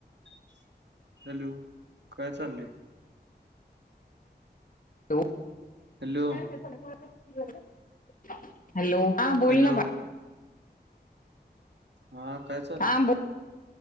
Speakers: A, on the right (about 85°); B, on the left (about 50°).
A: <unintelligible> Hello काय चाललंय
B: hello <unintelligible>
A: hello
B: <unintelligible> hello हा बोल
A: हॅलो
B: ना, बा
A: हा काय चाललंय?
B: हा बोल